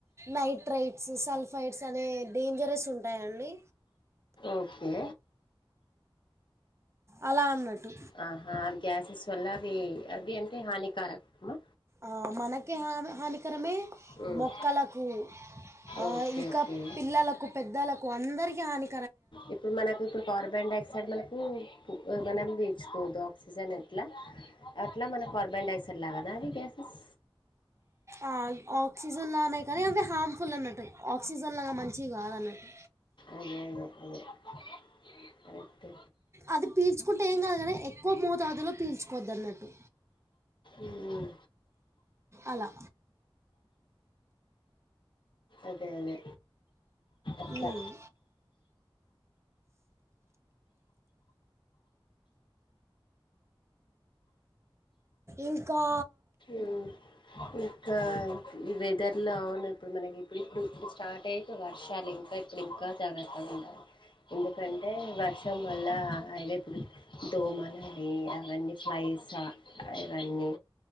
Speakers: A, on the right; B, on the left.
A: నైట్రైట్స్ సల్ఫైడ్స్ అనే డేంజరస్ ఉంటాయ అండి
B: ఓకే
A: అలా అన్నట్టు
B: ఆహా అవి గ్యాసెస్ వల్ల అవి అవ్వే అంటే హానికారకమా.
A: ఆ మనకే హాని హానికరమే.
B: ఉమ్.
A: మొక్కలకు ఆ
B: ఓకే
A: ఇంకా
B: ఓకే
A: పిల్లలకు పెద్దలకు అందరికి హాని
B: ఇప్పుడు మనకు ఇప్పుడు కార్బన్ డైఆక్సైడ్ మనకు. మనం తీసుకొఆక్సిజన్ ఎట్లా అట్లా మనకు కార్బన్ డైసర్ లాగానా అవి గ్యాసెస్
A: ఆ ఆక్సిజన్ లానే కానీ అవే హార్మ్ఫుల్ అన్నట్టు ఆక్సిజన్ లాగా మంచివి కాదు అన్నట్టు
B: అదే అదే అదే కరెక్టు
A: అది పీల్చుకుంటే ఏం కాదు గానీ ఎక్కువ మోతాదులో పీల్చుకోవద్దు అన్నట్టు
B: ఉమ్,
A: అలా
B: అదే అదే అట్లా
A: ఊమ్ ఇంకా
B: ఉమ్, ఇంకా ఈ వెదర్ లో అవును ఇప్పుడు మనకి ఇప్పుడు ఇప్పుడు ఇప్పుడు స్టార్ట్ టైతే వర్షాలు ఇంకా ఇప్పుడు ఇంకా జాగ్రత్తగా ఉండాలి ఎందుకంటే వర్ష్ టం వల్ల అదే ఇప్పుడు దోమలని అవన్నీ స్లైసా ఇవన్నీ